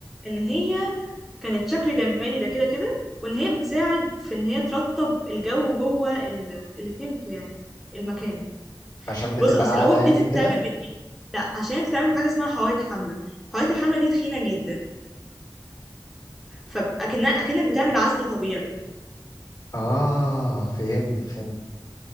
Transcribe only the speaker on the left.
عشان بتبقى
اعلى
يعني
وكده
اه فهمت فهمت